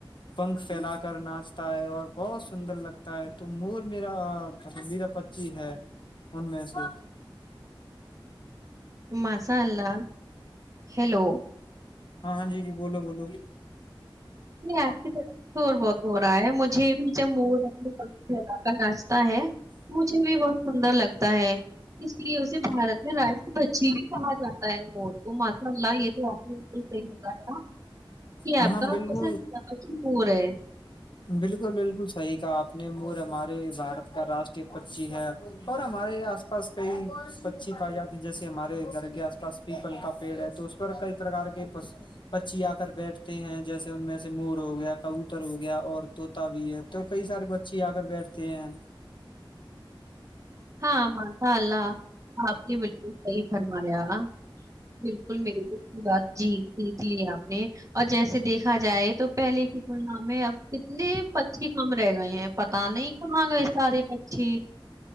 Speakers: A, on the left; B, on the right.
A: پنکھ پھیلا کر ناچ تا اور بہت سندر لگتا ہے تو مور میرا پسندیدہ پچی ہے ان میں سے
B: مسا اللہ ہیلو
A: ہاں ہاں جی جی بولو بولو
B: نہیں آپ کی طرفور بہت ہو رہا ہے مجھے بھی جب مور اپنے علاق ناچتا ہے مجھے بھی بہت سندر لگتا ہے اس لیے اسے بھارت میں راشٹر پچھی بھی کہا جاتا ہے مور کو ماشاء اللہ یہ تو آپ نے بالکل صحیح بتایا کہ
A: ہاں
B: آپ
A: بک
B: کا
A: بالکل
B: پسندیدہ پنچھی مور ہے
A: بالکل بالکل صحیح کا آپ اپنے مور ہمارے بارت کا راشٹری پچھی ہے اور ہمارے آس پاس کئی پچی پائے جاتے جیسے ہمارے گھر کے آس پاس پیپل کا پیڑ ہے تو اس پر کئی پرکار کے پچی آ کر بیٹھتے ہیں جیسے ان میں سے مور ہو گیا کبوتر ہو گیا اور طوط بھی ہے تو کئی سارے پچی آ کر بیٹھتے ہیں
B: ہاں ماشاء اللہ آپ نے بالکل صحیح فرمایا بالکل میرے کی بات جی دیکھ لی آپ نے اور جیسے سے دیکھا جائے تو پہلے کی تلنا میں اب کتنے پچ کی کم رہ گئے ہیں پتا نہیں کہاں گئے سارے پچھی